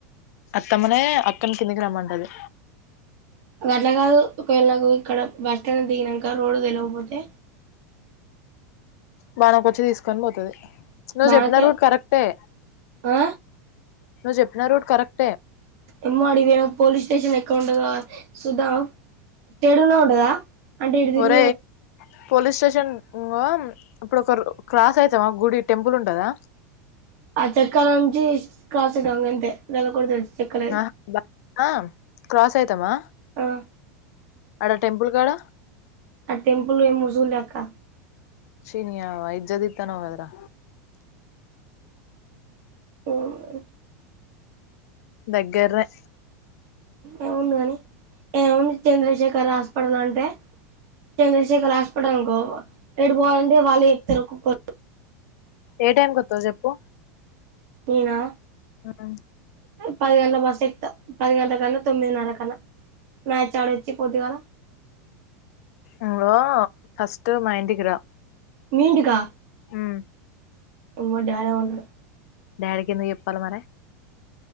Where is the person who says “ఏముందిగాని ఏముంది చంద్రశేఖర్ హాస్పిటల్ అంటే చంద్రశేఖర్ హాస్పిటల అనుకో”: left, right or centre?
Right